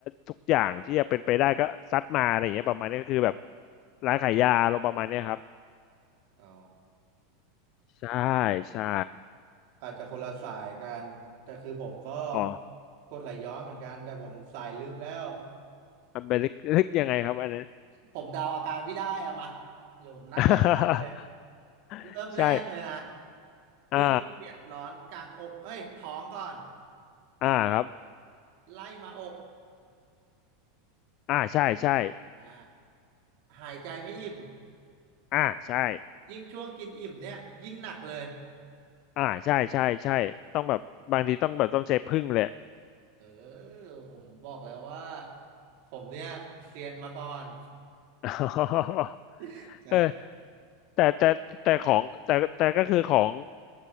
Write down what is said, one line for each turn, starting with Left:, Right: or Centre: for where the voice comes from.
Left: ทุกอย่างที่จะเป็นไปได้ก็ซัดมาอะไรอย่างเงี้ยประมาณนี้ก็คือแบบร้านขายยาเราประมาณเนี้ยครับ
Right: อ๋อ
Left: ใช่ใช่
Right: อาจจะคนละสายกัน แต่คือผมก็
Left: อ๋อ
Right: กรดไหลย้อนเหมือนกัน แต่ผมสายลึกแล้ว
Left: มันเป็นลึกลึกยังไงครับอันนั้น
Right: ผมเดาอาการพี่ได้อะมาเดี๋ยวผมนั่งไล่ตอบเลย
Left: <laughs>
Right: เริ่มแรกเลยนะ
Left: ใช่
Right: พี่เจ็บร้อนกลางอกเอ้ยท้องก่อน
Left: อ่าอ่าครับ
Right: ไล่มาอก
Left: อ่าใช่ใช่
Right: อ่าหายใจไม่อิ่ม
Left: อ่าใช่
Right: ยิ่งช่วงกินอิ่มเนี่ยยิ่งหนักเลย
Left: อ่าใช่ใช่ใช่ต้องแบบบางทีต้องแบบต้องใช้พึ่งเลย
Right: เออผมบอกแล้วว่าผมเนี่ยเซียนมาก่อน
Left: <laughs>
Right: <laughs> ใช่
Left: เออแต่แต่แต่ของแต่แต่ก็คือของ